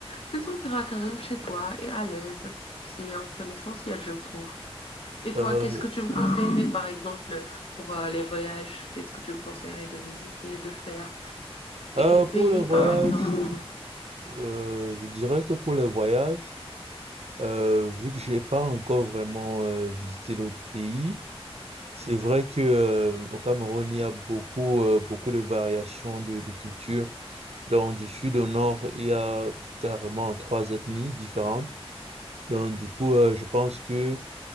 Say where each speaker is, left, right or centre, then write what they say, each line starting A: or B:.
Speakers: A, on the left; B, on the right.
A: tu te sentiras quand même chez toi et à l'aise. C'est un peu l'essentiel, je trouve. Et toi,
B: Euh,
A: qu'est-ce que tu me conseillerais, par exemple, pour euh, les voyages? Qu'est-ce que tu me conseillerais de visiter, de faire? Et
B: euh,
A: quel
B: pour
A: pays,
B: le voyage,
A: par exemple?
B: euh, je dirais que pour le voyage, euh, vu que je n'ai pas encore vraiment euh, visité l'autre pays, C'est vrai que euh, au Cameroun, il y a beaucoup, euh, beaucoup de variations de, de culture. Donc, du sud au nord, il y a carrément trois ethnies différentes. Donc, du coup, euh, je pense que